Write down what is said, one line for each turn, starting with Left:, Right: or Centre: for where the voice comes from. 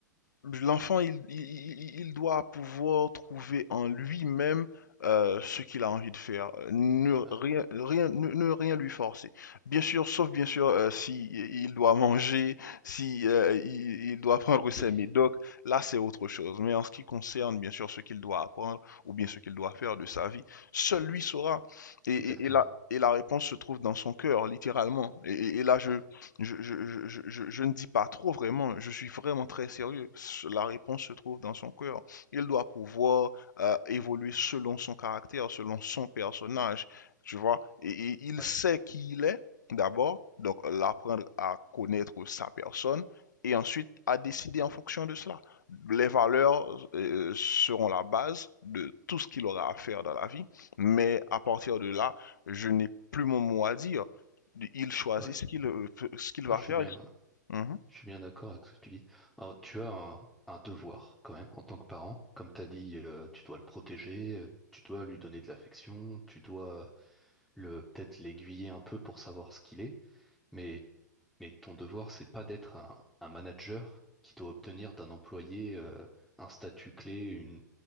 Left: L'enfant, il, il- il- il doit pouvoir trouver en lui-même euh, ce qu'il a envie de faire. Euh, Ne
Centre: Ouais,
Left: rien, rien, ne, ne rien lui forcer. Bien sûr, sauf bien sûr euh, si il doit manger, si euh, il, il doit prendre ses
Centre: oui,
Left: médocs. Là, c'est autre chose. Mais en ce qui concerne bien sûr ce qu'il doit apprendre ou bien ce qu'il doit faire de sa vie, seul lui saura. Et, et,
Centre: exactement.
Left: et la, et la réponse se trouve dans son cœur, littéralement. Et, et- et là, je,
Centre: Ouais,
Left: je, je- je- je- je- je ne dis pas trop vraiment, je suis vraiment très sérieux. S- La réponse se trouve dans son cœur. Il doit pouvoir euh, évoluer selon son caractère, selon son personnage, tu vois. Et, et il
Centre: ouais,
Left: sait qui il est, d'abord, donc euh, l'apprendre à connaître sa personne, et ensuite à décider en fonction de cela. Les valeurs euh, seront la base de tout ce qu'il aura à faire dans la vie, mais à partir de là, je n'ai plus mon mot à dire. Il choisit
Centre: ouais,
Left: ce qu'il euh, peut- ce qu'il va
Centre: Ouais, je
Left: faire.
Centre: suis bien.
Left: Mhm.
Centre: Je suis bien d'accord avec ce que tu dis. Alors, tu as un, un devoir quand même en tant que parent. Comme tu as dit, euh, tu dois le protéger, euh, tu dois lui donner de l'affection, tu dois le peut-être l'aiguiller un peu pour savoir ce qu'il est. Mais, mais ton devoir, c'est pas d'être un, un manager qui doit obtenir d'un employé euh, un statut clé, une,